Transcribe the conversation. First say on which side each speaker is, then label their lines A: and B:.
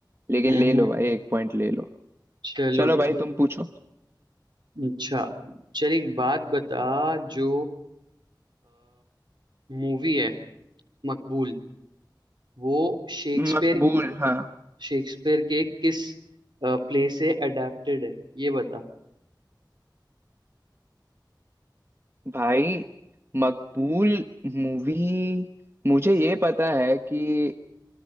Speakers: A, on the right (about 30°); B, on the right (about 75°).
A: लेकिन
B: हम्म
A: ले लो
B: हम्म।
A: भाई एक पॉइंट ले लो
B: चलो
A: चलो भाई
B: ठीक
A: तुम पूछो
B: अच्छा चल एक बात बता जो मूवी है मकबूल वो शेक्सपियर
A: मकबूल हाँ
B: शेक्सपियर के किस प्ले से अडेप्टेड है ये बता
A: भाई मकबूल मूवी मुझे ये पता है कि